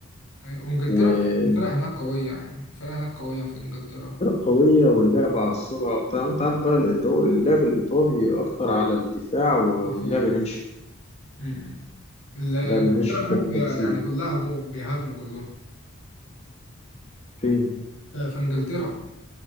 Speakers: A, on the left (about 65°); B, on the left (about 30°).
A: حقيقة. وانجلترا
B: وفرق
A: الفرق هناك قوية يعني الفرق هناك قوية في انجلترا
B: قوية واللعب على السرعة بتاع أنت عارف بقى الدوري اللعب الإيطالي أكتر على الدفاع و-
A: دي فيها
B: ولعب
A: فرق
B: ناشف
A: امم ال- انجلترا
B: لعب ناشف
A: هناك
B: بقى
A: بي-
B: تكسيره
A: يعني كلها هجوم بيهاجموا كلهم
B: فين؟
A: ف- في انجلترا